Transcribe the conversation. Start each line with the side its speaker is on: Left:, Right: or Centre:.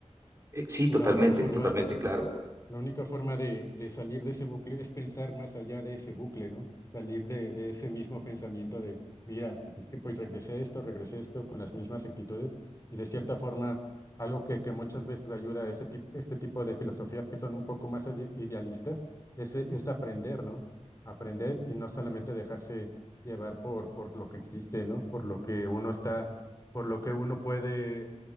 Right: Eh, Sí,
Left: Y
Right: totalmente,
Left: la única forma
Right: totalmente, claro.
Left: la única forma de, de salir de ese bucle es pensar más allá de ese bucle, ¿no? Salir de, de ese mismo pensamiento de, mira, pues es que pues regresé a esto, regresé a esto con las mismas actitudes y de cierta forma algo que, que muchas veces ayuda a ese tip- este tipo de filosofías que son un poco más ide- idealistas es, es aprender, ¿no? Aprender y no solamente dejarse llevar por, por lo que existe, ¿no? Por lo que uno está, por lo que uno puede